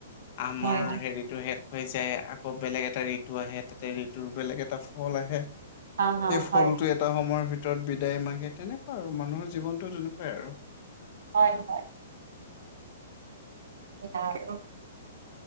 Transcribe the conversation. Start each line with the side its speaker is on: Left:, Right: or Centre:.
Left: আমৰ
Right: হয়
Left: হেৰিটো শেষ হৈ যায়। আকৌ বেলেগ এটা ঋতু আহে তাতে ঋতুৰ বেলেগ এটা ফল আহে। সেই
Right: অ অ
Left: ফলটো
Right: হয়
Left: এটা সময়ৰ ভিতৰত বিদায় মাগে তেনেকুৱা আৰু মানুহৰ জীৱনতটো তেনেকুৱাই আৰু।
Right: হয় হয়। ইয়া আৰু